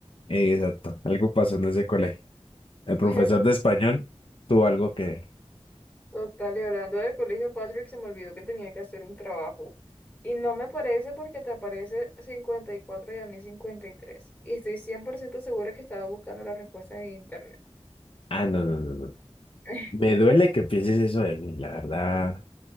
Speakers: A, on the left; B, on the left.
A: Eh, exacto, algo pasó en ese colegio. El profesor
B: <laughs>
A: de español tuvo algo que ver.
B: Total, y hablando del colegio, Patrick, se me olvidó que tenía que hacer un trabajo. Y no me parece porque te aparece cincuenta y cuatro y a mí cincuenta Y tres y estoy 100% segura que estaba buscando las respuestas en internet.
A: Ah, no, no, no, no.
B: <laughs>
A: Me duele que pienses eso de mí, la verdad.